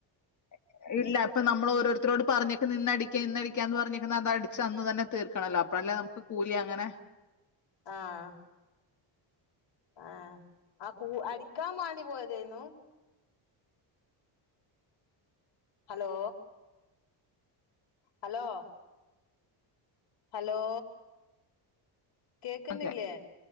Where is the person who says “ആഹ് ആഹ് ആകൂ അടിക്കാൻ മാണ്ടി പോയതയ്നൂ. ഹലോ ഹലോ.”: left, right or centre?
Left